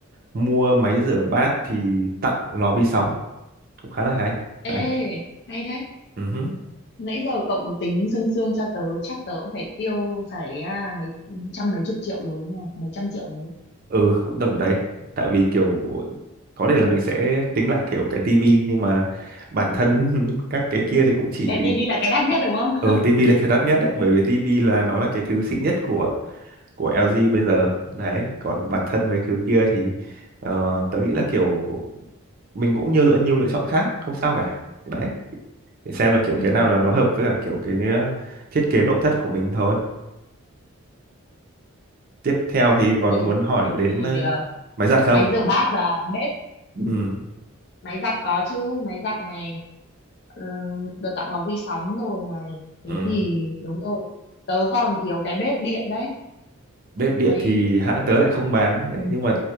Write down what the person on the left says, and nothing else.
ê hay đấy
nãy giờ cậu tính sương sương cho tớ chắc tớ cũng phải tiêu phải à, mấy trăm mấy chục triệu rồi đúng không mấy trăm triệu đấy
cái tivi là cái đắt nhất đúng không
<laughs>
ừ
ừ
thế
thì
ờ,
máy rửa bát và bếp
máy giặt có chứ máy giặt này ừ, được tặng lò vi sóng rồi này thế
thì đúng rồi tớ còn thiếu cái bếp điện đấy
mấy